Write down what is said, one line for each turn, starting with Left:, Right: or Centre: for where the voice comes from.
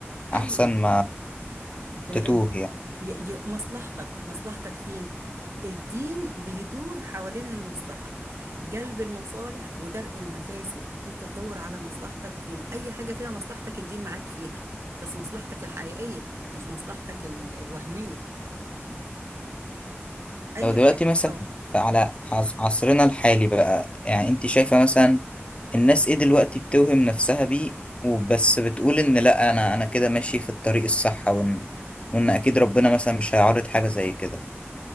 Right: ايوه
Left: احسن ما
Right: ال-
Left: تتوه
Right: ال-
Left: يعني
Right: ي- ي- مصلحتك مصلحتك فين الدين بيدور حوالين المصلحة جلب المصالح ودرء المفاسد انت تدور على مصلحتك فين اي حاجة فيها مصلحتك الدين معاك فيها بس مصلحتك الحقيقية مش مصلحتك ال- الوهمية اي
Left: لو دلوقتي
Right: حاجة
Left: مثلا
Right: اه
Left: على عص- عصرنا الحالي بقى يعني انت شايفة مثلا الناس ايه دلوقتي بتوهم نفسها بيه وبس بتقول ان لا انا انا كده ماشي في الطريق الصح وان وان اكيد ربنا مثلا مش هيعرض حاجة زي كده